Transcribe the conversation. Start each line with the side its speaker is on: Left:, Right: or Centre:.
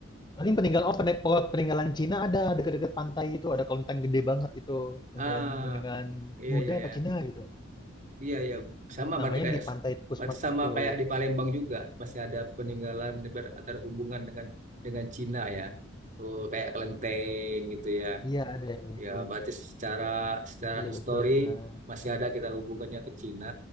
Left: Paling peninggalan oh pene- pe- peninggalan Cina ada dekat-dekat pantai itu ada kelenteng gede banget itu peninggalan
Right: Ah,
Left: peninggalan
Right: iya
Left: Buddha
Right: iya
Left: apa
Right: ya.
Left: Cina gitu
Right: Iya, iya. Sama berarti
Left: namanya
Right: kayak
Left: di pantai Pusmas
Right: berarti sama
Left: gitu
Right: kayak di Palembang juga masih ada peninggalan ber- atau ada hubungan dengan dengan Cina ya. Oh, kayak kelenteng gitu ya.
Left: iya ada yang gitu
Right: Ya, berarti secara secara
Left: iya
Right: histori
Left: betul Nah,
Right: masih ada kita hubungannya ke Cina.